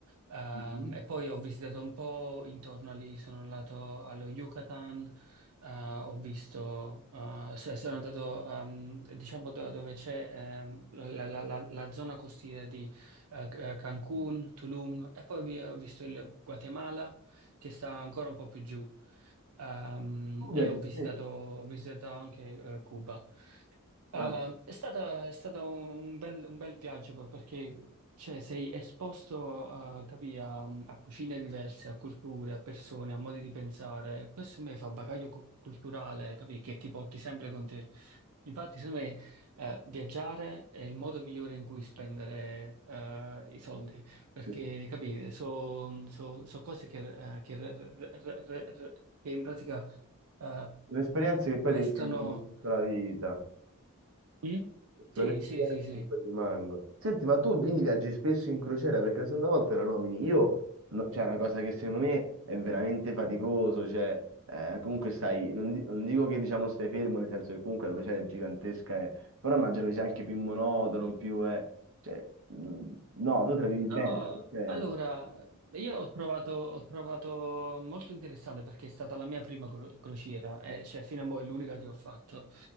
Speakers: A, on the right; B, on the right.
A: ehm,
B: Mhm.
A: e poi ho visitato un po' intorno lì, sono andato allo Yucatan, eh, ho visto, eh, cioè, sono andato ehm, diciamo do- dove c'è ehm, la, la- la- la zona costiera di eh, eh, Cancun, Tulum e poi vi- ho visto il Guatemala che sta ancora un po' più giù ehm,
B: Un
A: e
B: viaggio
A: ho
B: in
A: visitato,
B: sé.
A: ho visitato anche eh, Cuba. Eh,
B: Ma
A: è stata, è stato un bel, un bel viaggio per- perché cioè, sei esposto eh, capì, a, a cucine diverse, a culture, a persone, a modi di pensare. Questo secondo me fa bagaglio cu- culturale, capì, che ti porti sempre con te. Infatti, secondo me, eh, viaggiare è il modo migliore in cui spendere eh, i soldi, perché
B: sì,
A: capite, sono cose che, eh, che re- re- re- re- re- che in pratica eh,
B: sono esperienze che poi
A: restano.
B: ti rimangono per tutta la vita.
A: Mm?
B: Sono
A: Sì,
B: esperienze
A: sì, sì, sì.
B: che poi rimango. Senti, ma tu quindi viaggi spesso in crociera? Perché la seconda volta la nomini. Io, no- cioè, è una cosa che secondo me è veramente faticoso. Cioè, eh, comunque stai, non, di- non dico che diciamo stai fermo, nel senso che comunque la crociera è gigantesca, eh, però immagino che sia anche più monotono, più, eh, cioè, mh, no, tu te la vivi bene
A: No,
B: la crociera.
A: allora, io ho provato, ho provato molto interessante perché è stata la mia prima cro- crociera, eh, cioè fino a mo' è l'unica che ho fatto.